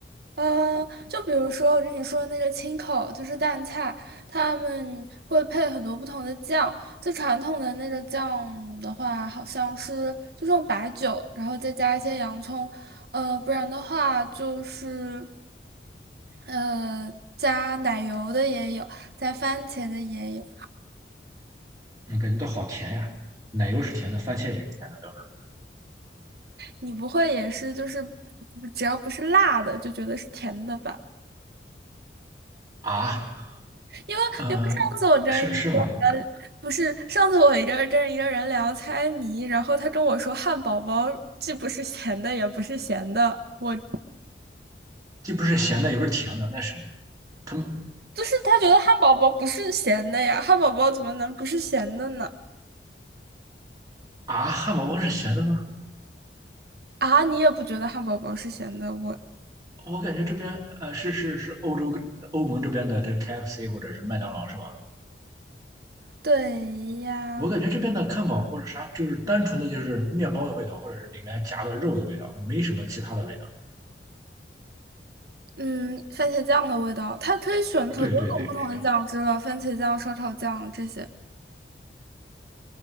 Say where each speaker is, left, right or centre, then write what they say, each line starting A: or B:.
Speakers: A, on the right; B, on the right.
A: 嗯，就比如说我跟你说的那个青口，就是蛋菜，他们会配很多不同的酱。最传统的那个酱的话，好像是就用白酒，然后再加一些洋葱。呃，不然的话就是。呃，加奶油的也有，加番茄的也有。
B: 我感觉到好甜呀，奶油是甜的，番茄也是甜的，对吧？
A: 你不会也是就是只要不是辣的就觉得是甜的吧？
B: 啊，
A: 因为因为上次我跟一个人不是上次我一个跟一个人聊猜谜，
B: 呃，是是吗？
A: 然后他跟我说汉堡包既不是咸的也不是咸的，我就
B: 既不是咸的，也不是甜的，那什么？他们
A: 是他觉得汉堡包不是咸的呀，汉堡包怎么能不是咸的呢？
B: 啊，汉堡包是咸的吗？
A: 啊，你也不觉得汉堡包是咸的？我
B: 我感觉这边呃是是是欧洲欧盟这边的这 KFC 或者是麦当劳是吧？
A: 对呀。
B: 我感觉这边的汉堡或者啥，就是单纯的就是面包的味道，或者里面夹的肉的味道，没什么其他的味
A: 嗯，番茄酱的味道，它可以选可多种不同的酱汁了，
B: 道。对对对，是这样。
A: 番茄酱、烧烤酱这些。